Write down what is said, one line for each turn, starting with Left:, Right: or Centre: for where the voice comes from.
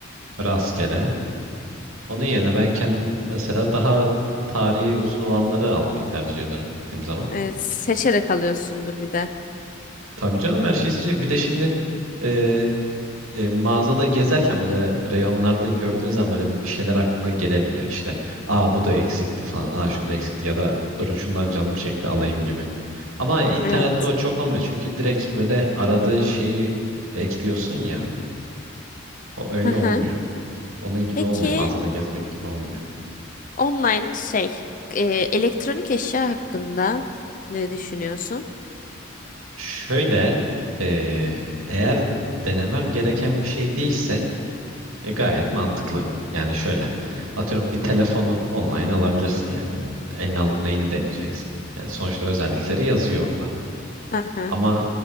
Right: rastgele. Onun yerine ben kendim mesela daha tarihi uzun olanları almayı tercih ediyorum gittiğim zaman.
Left: Evet, seçerek alıyorsundur bir de.
Right: Tabii canım her şeyi seçecek. Bir de şimdi e, e, mağazada gezerken böyle reyonlarda gördüğün zaman böyle bir şeyler aklına gelebiliyor işte. Aa bu da eksikti falan. Aa şu da eksikti ya da dur şundan canım çekti alayım gibi. Ama internette
Left: Evet.
Right: o çok olmuyor. Çünkü direkt böyle aradığın şeyi ekliyorsun ya. O öyle
Left: Hı
Right: olmuyor.
Left: hı.
Right: Onun gibi
Left: Peki
Right: olmuyor. Mağazada gezmek gibi olmuyor.
Left: online şey e, elektronik eşya hakkında ne düşünüyorsun?
Right: Şöyle, eee, eğer denemem gereken bir şey değilse e, gayet mantıklı. Yani şöyle, atıyorum bir telefonu online alabilirsin yani. Eline alıp neyini deneyeceksin. Yani sonuçta özellikleri yazıyor orada.
Left: Hı hı.
Right: Ama